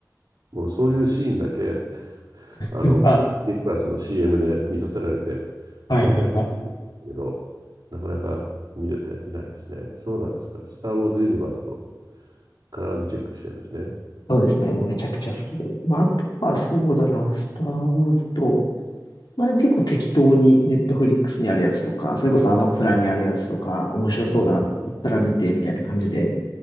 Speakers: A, on the right; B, on the left.
A: う。もうそういうシーンだけ、あの、
B: うんあ、
A: ディズニープラスの CM で見させられて、
B: はいはいはい。
A: もうね、うんだけど、なかなか見れていないんですね。そうなんですか。スター・ウォーズ・ユニバースを必ずチェックしてるんですね。
B: そうですね。もうめちゃくちゃ好きで。まあ、あとはそうだな、スター・ウォーズと、まあでも結構適当にネットフリックスにあるやつとか、それこそアマプラにあるやつとか、面白そうだなって思ったら見てみたいな感じで、
A: うん。